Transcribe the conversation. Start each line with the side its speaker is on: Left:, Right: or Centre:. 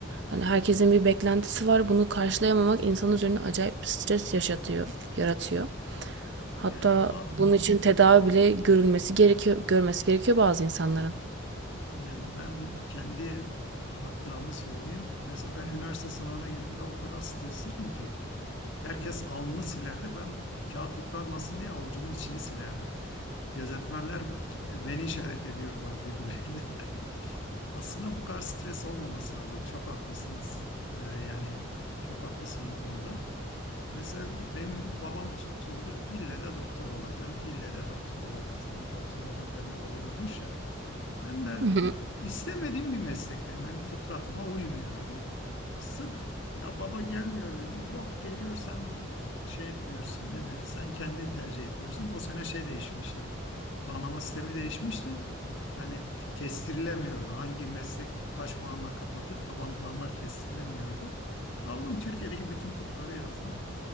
Right: Hani herkesin bir beklentisi var. Bunu karşılayamamak insan üzerine acayip bir stres yaşatıyor, yaratıyor. Hatta
Left: Yani ba-
Right: bunun için tedavi bile görülmesi gerekiyor, görmesi gerekiyor bazı insanların.
Left: Yani ben kendi hatıramı söyleyeyim. Mesela ben üniversite sınavına girdiğimde o kadar stresliydim ki herkes alnını silerdi. Ben kağıt yıpranmasın diye avucumun içini silerdim. Gözetmenler beni işaret ediyordular birbirlerine. <laughs> Aslında bu kadar stres olmaması lazım. Çok haklısınız. Ee, yani çok haklısın bu konuda. Mesela benim babam tutturdu ille de doktor olacaksın, ille de doktor olacaksın. Sanki doktor olunca ne oluyormuş ya. Ben de
Right: Hı hı.
Left: istemediğim bir meslek yani benim fıtratıma uymuyordu. Sırf ya baba gelmiyor dedim. Yok geliyor sen şey etmiyorsun nedir? Sen kendini tercih etmiyorsun. O sene şey değişmişti. Puanlama sistemi değişmişti. Yani kestirilemiyordu. Hangi meslek kaç puanla kapatır? Taban puanlar kestirilemiyordu. Aldım Türkiye'deki bütün tıpları yazdım.